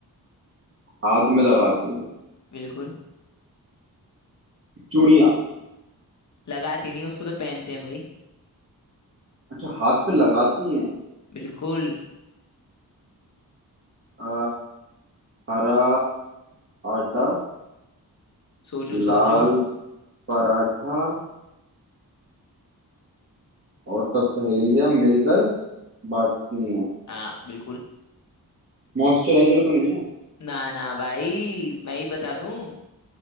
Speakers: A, on the right; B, on the left.
A: हाथ में लगाती हैं
B: बिल्कुल
A: चूड़ियां
B: लगाती नहीं उसको तो पहनते हैं भाई
A: अच्छा हाथ पे लगाती हैं
B: बिल्कुल
A: अ, हरा आटा
B: सोचो सोचो
A: लाल पराठा और सब सहेलियां मिलकर बांटती हैं
B: हाँ बिल्कुल
A: मॉइस्चराइजर तो नहीं है
B: ना ना भाई मैं ही बता दूं